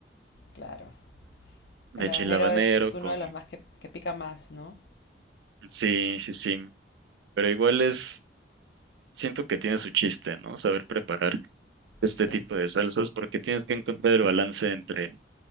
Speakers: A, on the left; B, on the right.
A: Claro.
B: de
A: El habanero
B: chile habanero
A: es
B: con...
A: uno de los más que, que pica más, ¿no?
B: Sí, sí, sí. Pero igual es siento que tiene su chiste, ¿no? Saber preparar este
A: Sí.
B: tipo de salsas porque tienes que encontrar el balance entre